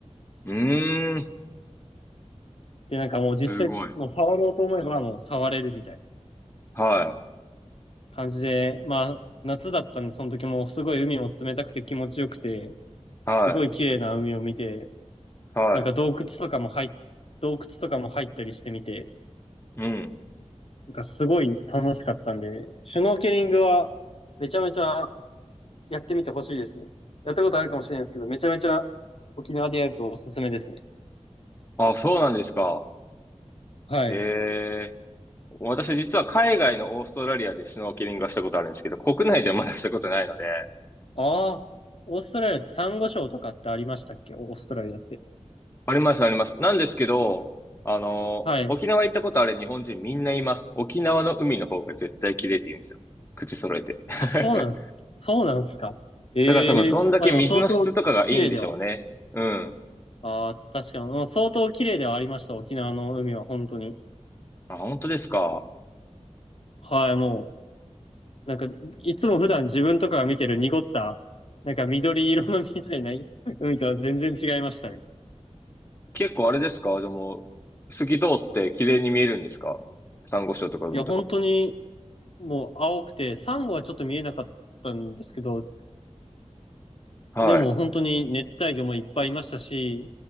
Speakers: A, on the left (about 20°); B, on the left (about 55°).
A: うーん。
B: で、なんかもう実際、
A: すごい。
B: もう触ろうと思えばもう触れるみたいな
A: はい。
B: 感じで、まあ、夏だったんで、その時もすごい海も冷たくて気持ちよくて、
A: は
B: すごい綺麗な海を見て、
A: い。は
B: なんか洞窟とかも入っ、洞窟とかも入ったりしてみて、
A: い。うん。
B: なんかすごい楽しかったんで、シュノーケリングはめちゃめちゃやってみてほしいですね。やったことあるかもしれないですけど、めちゃめちゃ沖縄でやるとおすすめですね。
A: あ、そうなんですか。
B: はい。
A: ええ。私実は海外のオーストラリアでシュノーケリングはしたことあるんですけど、国内ではまだしたことないので、
B: ああ、オーストラリアってサンゴ礁とかってありましたっけオーストラリアって。
A: あります、あります。なんですけど、あの、
B: はい。
A: 沖縄行ったことある日本人みんな言います。沖縄の海の方が絶対綺麗って言うんですよ。口揃えて。<laughs> だ
B: あ、そうなんす。そうなんすか。ええまあでも相当綺麗では、
A: から多分そんだけ水の質とかがいいんでしょうね。うん。
B: ああ、確かに、もう相当綺麗ではありました、沖縄の海は、本当に。
A: あ、本当ですか。
B: はい、もう、なんか、いつも普段自分とかが見てる濁った、なんか緑色のみたいな <laughs> 海とは全然違いましたね。
A: 結構あれですかでも、透き通って綺麗に見えるんですか珊瑚礁とか海とか。
B: いや、本当に、もう青くて、サンゴはちょっと見えなかったんですけど、
A: はい。
B: でも本当に熱帯魚もいっぱいいましたし、